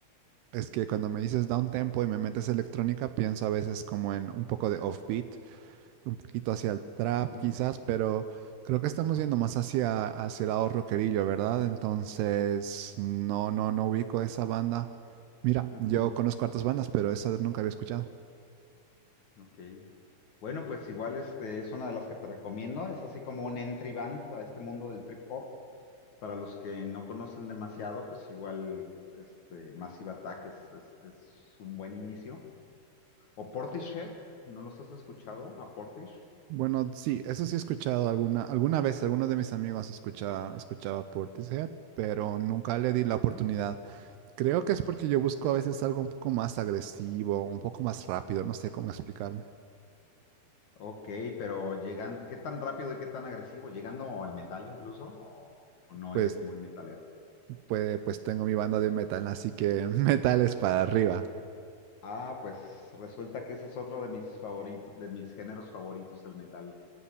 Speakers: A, on the right; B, on the left.
A: Es que cuando me dices down tempo y me metes electrónica, pienso a veces como en un poco de offbeat, un poquito hacia el trap
B: Ujú,
A: quizás, pero creo que estamos yendo más hacia, hacia el lado rockerillo, ¿verdad? Entonces, no, no, no ubico esa banda. Mira,
B: ujú,
A: yo conozco hartas bandas, pero esa nunca había escuchado.
B: ok. Bueno, pues igual este es una de las que te recomiendo. Es así como un entry band a este mundo del trip hop. Para los que no conocen demasiado, pues igual este Massive Attack es, es- es un buen inicio. O Portishead, ¿no los has escuchado? A Portish.
A: Bueno, sí, eso sí he escuchado alguna, alguna vez, algunos de mis amigos escucha, escuchaba Portishead, pero nunca le di la oportunidad. Creo que es porque yo busco a veces algo un poco más agresivo, un poco más rápido, no sé cómo explicarme.
B: Ok, pero llegan, ¿qué tan rápido y qué tan agresivo? ¿Llegando al metal incluso? ¿O, o no
A: Pues,
B: eres muy metalero?
A: pues, pues tengo mi banda de metal, así que <laughs> metal es para arriba.
B: Ah, pues resulta que ese es otro de mis favoritos, de mis géneros favoritos, el metal.